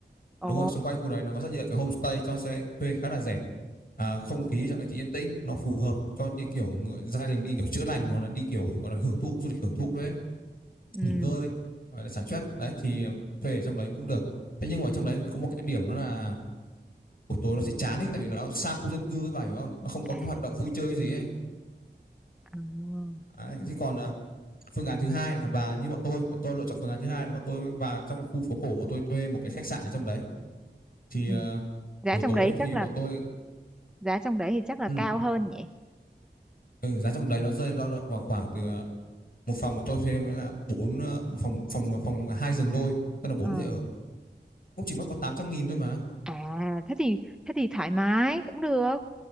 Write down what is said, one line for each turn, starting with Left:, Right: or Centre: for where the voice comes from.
Centre: Ồ.
Left: đúng rồi xung quanh khu đấy nó có rất nhiều cái homestay cho sẽ thuê khá là rẻ à, không khí trong đấy thì yên tĩnh nó phù hợp cho như kiểu người, gia đình đi kiểu chữa lành hoặc là đi kiểu gọi là hưởng thụ du lịch hưởng thụ đấy
Centre: Ừ.
Left: nghỉ ngơi gọi là xả stress đấy thì thuê ở trong đấy cũng được thế nhưng mà trong đấy có một cái điểm đó là buổi tối nó sẽ chán ấy tại vì nó xa khu dân cư với bà hiểu không nó không có
Centre: À.
Left: cái hoạt động vui chơi gì ấy
Centre: ờ,
Left: Đấy,
Centre: Ừ.
Left: thế còn à, phương án thứ hai là bà như bọn tôi bọn tôi lựa chọn phương án thứ hai là bọn tôi vào trong khu phố cổ bọn tôi thuê một cái khách sạn ở trong đấy thì
Centre: ừ.
Left: à,
Centre: Giá
Left: buổi
Centre: trong
Left: tối
Centre: đấy
Left: thì
Centre: chắc là
Left: bọn tôi
Centre: giá trong đấy thì chắc là
Left: ừ,
Centre: cao hơn nhỉ?
Left: ừ, giá trong đấy nó rơi dao động vào khoảng từ à, một phòng bọn tôi thuê là bốn à, một phòng phòng phòng hai giường đôi tức là bốn
Centre: Ờ.
Left: người ở cũng chỉ mất có tám trăm nghìn thôi mà
Centre: À thế thì thế thì thoải mái cũng được.